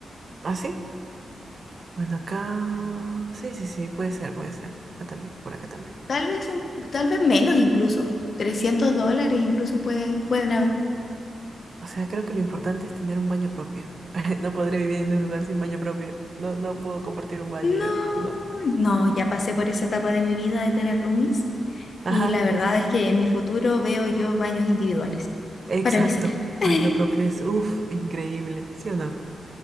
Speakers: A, on the right; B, on the left.
A: ¿Ah, sí? Bueno, acá... Sí, sí, sí, puede ser, puede ser. Acá también, por acá también.
B: Tal vez, un, tal vez menos incluso. trescientos dólares incluso puede, pueden haber.
A: O sea, creo que lo importante es tener un baño propio. <laughs> No podré vivir en un lugar sin baño propio. No, no puedo compartir un baño
B: No,
A: yo, no.
B: no, ya pasé por esa etapa de mi vida de tener roomies
A: Ajá,
B: y la verdad es que en mi futuro veo yo baños individuales
A: exacto.
B: para mí sola. <laughs>
A: Baño propio es, uff, increíble, ¿sí o no?